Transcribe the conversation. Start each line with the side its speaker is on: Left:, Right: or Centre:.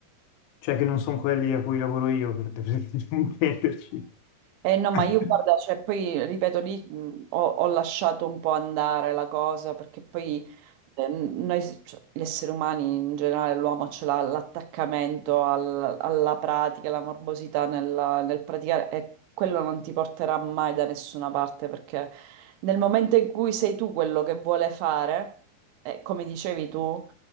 Left: cioè che non sono quelli a cui lavoro io, per per intenderci.
Right: eh, no,
Left: <laughs>
Right: ma io guarda, cioè, poi ripeto lì mh, ho, ho lasciato un po' andare la cosa perché poi eh, noi, cioè, gli esseri umani in generale, l'uomo ce l'ha l'attaccamento al- alla pratica, la morbosità nella- nel praticare e quello non ti porterà mai da nessuna parte perché nel momento in cui sei tu quello che vuole fare, eh, come dicevi tu.